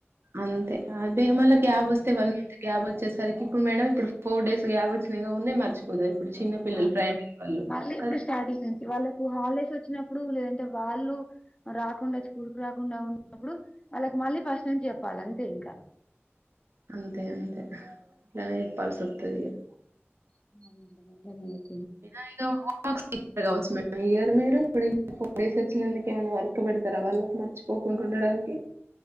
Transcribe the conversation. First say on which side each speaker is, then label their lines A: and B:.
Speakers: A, on the right; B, on the left.
A: అంతే అదె మళ్ళ గ్యాబ్ వస్తే వన్ మంత్ గ్యాబ్ వచ్చేసరికి ఇప్పుడు మేడం ఇప్పుడు ఫోర్ డేస్ గ్యాబ్ వచ్చింది గా ఉంన్నాయ్ మర్చిపోతరు ఇప్పుడు చిన్న పిల్లలు
B: ఆ
A: ప్రైమరీ వాళ్ళు
B: మళ్ళీ
A: కదా
B: ఇప్పుడు స్టార్టింగ్ నుంచి వాళ్ళ కు హాలిడేస్ వచ్చినప్పుడు లేదంటే వాళ్ళు రాకుండా స్కూల్కు రాకుండా ఉన్నప్పుడు వాళ్ళకు మళ్ళీ ఫస్ట్ నుంచి చెప్పాలే అంతే ఇంకా
A: అంతె అంతె అట్లనే చెప్పాల్సొత్తది ఇగ
B: <unintelligible> టెన్ మినిట్స్
A: ఐన ఇగ రోజ్ ఇ కావచ్చు మేడం ఇయర్ మీరు ఇప్పుడు ఈ ఫోర్ డేస్ వచ్చినందుకెమైనా వర్క్ పెడతరా వాళ్ళ మర్చిపోకుంటుం ఉండడాన్కి